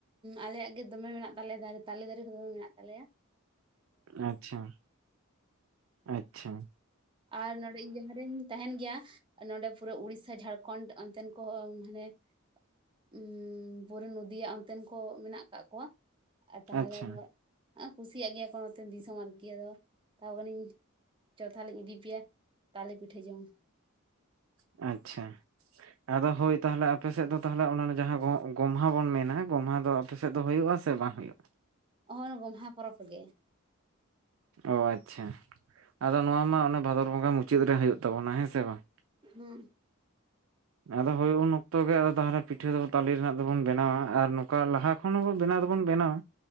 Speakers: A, on the right; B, on the right.
A: ᱟᱞᱮᱭᱟᱜ ᱜᱮ ᱫᱚᱢᱮ ᱢᱮᱱᱟᱜ ᱛᱟᱞᱮᱭᱟ, ᱛᱟᱞᱮ ᱫᱟᱨᱮ ᱦᱚᱸ ᱫᱚᱢᱮ ᱢᱮᱱᱟᱜ ᱛᱟᱞᱮᱭᱟ ᱾
B: ᱟᱻᱪᱪᱷᱟ, ᱟᱻᱪᱪᱷᱟ ᱾
A: ᱟᱨ ᱱᱚᱸᱰᱮ ᱤᱧ ᱡᱟᱦᱟᱸ ᱨᱮᱧ ᱛᱟᱦᱮᱱ ᱜᱮᱭᱟ᱾ ᱱᱚᱸᱰᱮ ᱯᱩᱨᱟᱹ ᱩᱰᱤᱥᱟ, ᱡᱷᱟᱹᱲᱠᱷᱚᱸᱰ ᱚᱱᱛᱮᱱ ᱠᱚᱦᱚᱸ ᱢᱟᱱᱮ ᱩᱸ ᱯᱩᱨᱟᱹ ᱱᱚᱫᱤᱭᱟ ᱚᱱᱛᱮᱱ ᱠᱚ ᱢᱮᱱᱟᱜ ᱠᱟᱜ ᱠᱚᱣᱟ᱾ ᱛᱟᱦᱞᱮ
B: ᱟᱪᱪᱷᱟ
A: ᱫᱚ ᱟᱨ ᱠᱩᱥᱤᱭᱟᱜ ᱜᱮᱭᱟ, ᱠᱤᱱ ᱱᱚᱛᱮ ᱫᱤᱥᱚᱢ ᱢᱟᱱᱠᱤ ᱢᱮᱛᱟᱣ ᱠᱚᱣᱟ ᱤᱧ ᱡᱚᱛᱷᱟ ᱞᱤᱧ ᱫᱤᱥᱤ ᱯᱮᱭᱟ, ᱛᱟᱞᱮ ᱯᱤᱴᱟᱹ ᱡᱚᱢ᱾
B: ᱟᱪᱪᱷᱟ᱾ ᱟᱫᱚ ᱦᱳᱭ ᱛᱟᱦᱚᱞᱮ ᱟᱯᱮ ᱥᱮᱫ ᱫᱚ ᱛᱟᱦᱞᱮ ᱚᱱᱟ ᱡᱟᱦᱟᱸ ᱜᱚᱢᱦᱟ ᱵᱚᱱ ᱢᱮᱱᱟ, ᱜᱚᱢᱦᱟ ᱫᱚ ᱟᱯᱮᱥᱮᱫ ᱫᱚ ᱦᱩᱭᱩᱜᱼᱟ ᱥᱮ ᱵᱟᱝ ᱦᱩᱭᱩᱜᱼᱟ?
A: ᱦᱚᱜᱼᱚᱭ ᱜᱚᱢᱦᱟ ᱯᱚᱨᱚᱵᱽ ᱨᱮᱜᱮ᱾
B: ᱚ ᱟᱪᱪᱷᱟ, ᱟᱫᱚ ᱱᱚᱣᱟ ᱢᱟ ᱚᱱᱮ ᱵᱷᱟᱫᱚᱨ ᱵᱚᱸᱜᱟ ᱢᱩᱪᱟᱹᱫ ᱨᱮ ᱦᱩᱭᱩᱜ ᱛᱟᱵᱚᱱᱟ ᱦᱮᱸ ᱥᱮ ᱵᱟᱝ?
A: ᱦᱩᱸ᱾
B: ᱟᱫᱚ ᱦᱳᱭ ᱩᱱ ᱚᱠᱛᱚ ᱜᱮᱫᱚ ᱛᱟᱞᱮ ᱯᱤᱴᱷᱟᱹ ᱫᱚ ᱛᱟᱞᱮ ᱨᱮᱱᱟᱜ ᱫᱚᱵᱚᱱ ᱵᱮᱱᱟᱣᱟ ᱟᱨ ᱱᱚᱝᱠᱟ ᱞᱟᱦᱟ ᱠᱷᱚᱱ ᱦᱚᱸᱵᱚ ᱵᱮᱱᱟᱣ ᱫᱚᱵᱚᱱ ᱵᱮᱱᱟᱣᱟ᱾